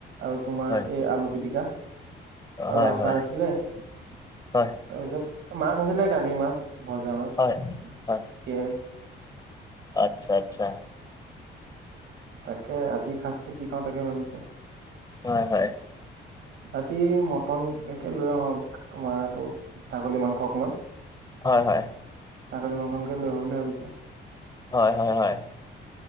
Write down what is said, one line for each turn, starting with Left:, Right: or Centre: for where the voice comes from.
Right: আৰু তোমাৰ
Left: হয়
Right: এই আলু পিতিকা। আৰু
Left: হয়
Right: আচাৰ
Left: হয়
Right: আছিলে। তাৰপিছত
Left: হয়
Right: মাছ আছিলে কালি মাছ ভজা মাছ, সেইয়াই।
Left: হয় হয় আচ্ছা আচ্ছা।
Right: তাকে ৰাতি সাজটো কি খাওঁ তাকে ভাবিছো।
Left: হয় হয়।
Right: ৰাতি মটন একে লৈ আহোঁ মাৰটো। ছাগলী মাংস অকমান।
Left: হয় হয়।
Right: ছাগলী মাংসক লৈ আহোঁ বুলি ভাবিছোঁ।
Left: হয় হয় হয়।